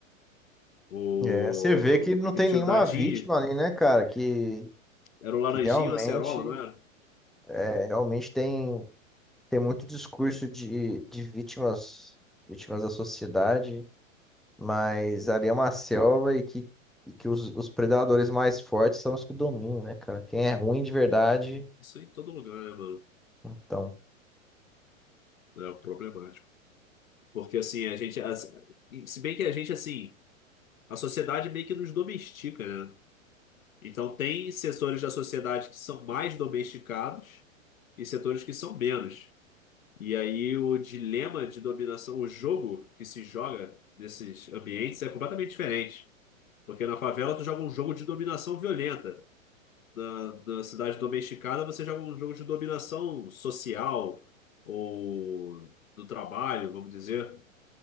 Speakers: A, on the left; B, in the centre.
A: O.
B: É, você vê que
A: Como
B: não
A: é
B: tem
A: que é? tinha
B: nenhuma
A: o Dadinho?
B: vítima ali, né, cara? Que,
A: Era o Laranjinho
B: que realmente,
A: e o Acerola, não era?
B: é, realmente tem, tem muito discurso de, de vítimas, vítimas da sociedade, mas ali é uma selva e que, e que os, os predadores mais fortes são os que dominam, né, cara? Quem é ruim de verdade,
A: Isso em todo lugar, né, mano?
B: então,
A: É problemático. Porque assim, a gente. as- Se bem que a gente, assim. A sociedade meio que nos domestica, né? Então, tem setores da sociedade que são mais domesticados e setores que são menos. E aí, o dilema de dominação, o jogo que se joga nesses ambientes é completamente diferente. Porque na favela, tu joga um jogo de dominação violenta. Na, na cidade domesticada, você joga um jogo de dominação social ou do trabalho, vamos dizer,